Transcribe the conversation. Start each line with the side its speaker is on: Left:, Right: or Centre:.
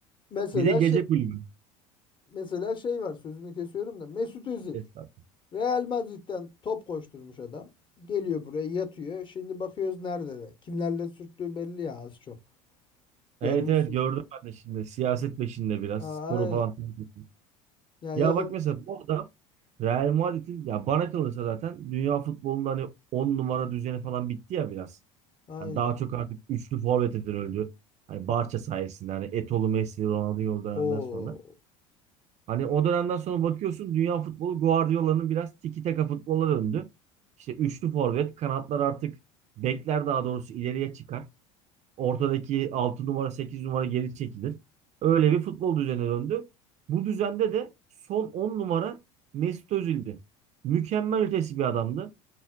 Left: mesela
Right: Bir de gece
Left: şey,
Right: kulübü.
Left: Mesela şey var sözünü kesiyorum da Mesut Özil
Right: Estağfurullah.
Left: Real Madrid'den top koşturmuş adam. Geliyor buraya yatıyor. Şimdi bakıyoruz nerede de. Kimlerle sürttüğü belli ya az çok. Görmüşsün.
Right: Evet evet gördüm ben de şimdi. Siyaset peşinde biraz.
Left: Aa,
Right: Sporu
Left: aynen.
Right: falan. takip etmiş.
Left: Ya yakın
Right: Ya bak mesela bu adam Real Madrid'in ya bana kalırsa zaten dünya futbolunda hani 10 numara düzeni falan bitti ya biraz.
Left: aynen.
Right: Hani daha çok artık üçlü forvete dönüldü. Hani Barça sayesinde hani Etolu, Messi, Ronaldinho döneminden
Left: Oo.
Right: sonra. Hani o dönemden sonra bakıyorsun dünya futbolu Guardiola'nın biraz tiki taka futboluna döndü. İşte üçlü forvet, kanatlar artık bekler daha doğrusu ileriye çıkar. Ortadaki 6 numara 8 numara geri çekilir. Öyle bir futbol düzenine döndü. Bu düzende de son 10 numara Mesut Özil'di. Mükemmel ötesi bir adamdı.